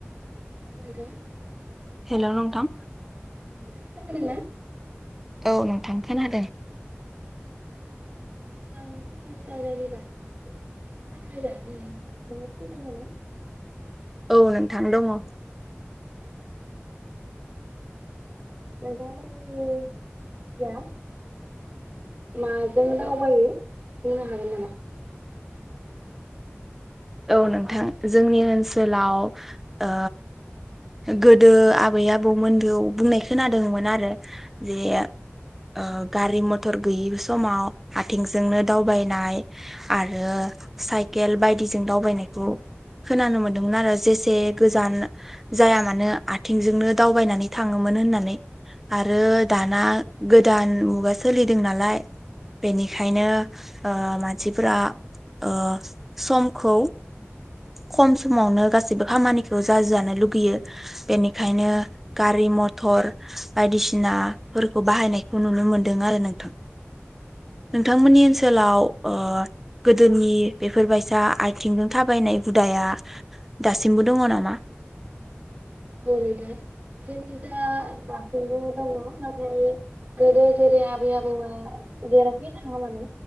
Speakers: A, on the right; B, in the centre.
A: <unintelligible>
B: हेल नोंथां
A: <unintelligible>
B: औ नोंथां खोनादों
A: <unintelligible> ना?
B: औ नोंथां दङ
A: नोंथांमोनि <unintelligible> माजों दावबायो बुंनो हागोन नामा
B: औ नोंथां जोंनि ओनसोलाव ओ गोदो आबै आबौमोनबो बुंनाय खोनादोंमोन आरो जे ओ गारि मथर गैयि समाव आथिंजोंनो दावबायनाय आरो साइके <unintelligible> खेल बायदिजों दावबायनायखौ खोनानो मोनदोंमोन आरो जेसे गोजान जाया मानो आथिंजोंनो दावबायनानै थाङोमोन होननानै आरो दाना गोदान मुगा सोलिदों नालाय बेनिखायनो ओ मानसिफोरा ओ समखौ खम समावनो गासैबो खामानिखौ जाजानो लुगैयो बेनिखायनो गारि मथर बायदिसिनाफोरखौ बाहायनायखौ नुनो मोनदों आरो नोंथां नोंथांमोननि ओनसोलाव ओ गोदोनि बेफोरबायदि जा आथिंजों थाबायनाय हुदाया दासिमबो दङ नामा
A: औ नोथां जोंनि दा दासिमबो दङ नाथाय गोदो जेरै आबै आबौआ जेरावखि थाङा मानो